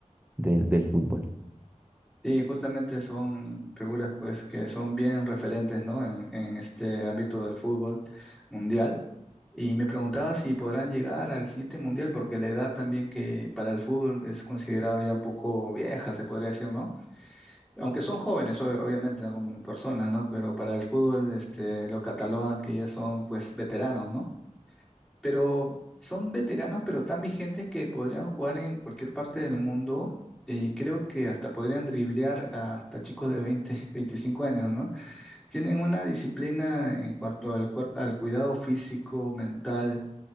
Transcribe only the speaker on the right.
del del fútbol.